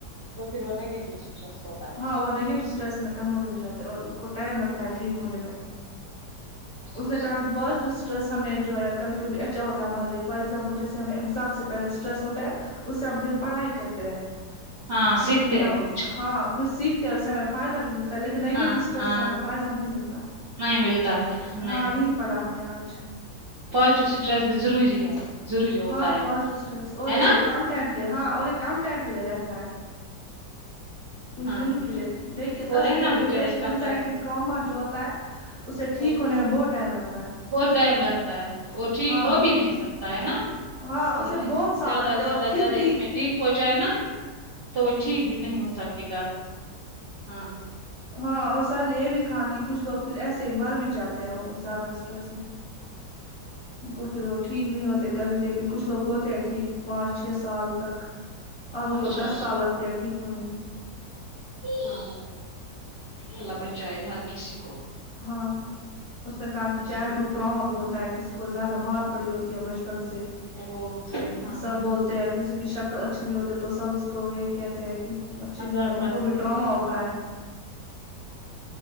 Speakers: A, on the right; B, on the left.
A: تو پھر وہ نگیٹو اسٹریس ہوتا ہے
B: ہاں وہ نگیٹو اسٹریس میں کنورٹ ہو جاتا ہے اور اس کو ٹائم لگتا
A: ہاں
B: ہے ٹھیک ہونے میں
A: اچھا
B: اس
A: اچھا
B: نے کہا کہ پاسٹ اسٹرس ہمیں جو ہے کبھی کبھی اچھا ہوتا ہے ہمارے لیے ایگزامپل جیسے ہمیں ایگزام سے پہلے اسٹریس ہوتا ہے اس سے ہم پھر پڑھائی کرتے ہیں
A: ہاں
B: کہ
A: سیکھتے
B: نہیں
A: ہیں کچھ
B: ہاں کچھ سیکھ تو اس سے ہمیں فائدہ بھی ملتا لیکن نگیٹو
A: ہاں
B: اسٹریس
A: ہاں
B: سے ہمیں فائدہ نہیں ملتا
A: نہیں ملتا ہے
B: ہاں یہی پڑا ہم نے یہاں اچھا
A: پاسٹ سٹریس بھی ضروری ہے ضروری ہوتا
B: ہاں
A: ہے
B: پاسٹ اسٹریس اور
A: ہے نا
B: یہ کم ٹائم کے لیے ہاں اور یہ کم ٹائم کے لیے رہتا ہے کچھ
A: ہاں
B: دنوں کے لیے لیکن
A: اور
B: اصلی
A: رہنا
B: جو
A: بھی
B: ڈپریشن
A: چاہیے
B: انینزائٹی
A: کم
B: ٹراما جو ہوتا ہے اسے
A: او
B: ٹھیک ہونے میں بہت ٹائم لگتا ہے
A: بہت ٹائم لگتا ہے اور ٹھیک
B: ہاں
A: ہو بھی نہیں سکتا ہے نا
B: ہاں اسے
A: اگر انسان
B: بہت سال
A: زیادہ
B: لگتے اور
A: زیادہ
B: پھر
A: زیادہ
B: بھی
A: اس میں ڈیپ ہو جائے نا تو وہ ٹھیک بھی نہیں ہو سکے گا ہاں
B: ہاں اور سر نے یہ بھی کہا کہ کچھ لوگ پھر ایسے ہی مر بھی جاتے ہیں وہ زیادہ اسٹریس میں ان کو پھر وہ ٹھیک نہیں ہوتے کبھی لیکن کچھ لوگ ہوتے ہیں ٹھیک پانچ چھ سال تک اب ان
A: اچھا
B: کو دس سال لگتے ہیں ٹھیک ہونے میں
A: ہاں اللہ بچائے ہر کسی کو
B: ہاں اس نے کہا کہ
A: ایسی
B: چاہے
A: بیماریوں
B: ٹراما
A: سے
B: بھی ہوتا کسی کو زیادہ مار پڑی ہوتی ہے بچپن سے
A: او ہاں ہاں
B: سب بولتے ہے کسی کی شکل اچھی نہیں ہوتی تو سب اس کو یہ کہتے ہیں کہ تم اچھی
A: مذاق
B: نہیں ہو ان
A: بناتے
B: کو بھی
A: ہیں
B: ٹراما
A: اس کا
B: ہوتا ہے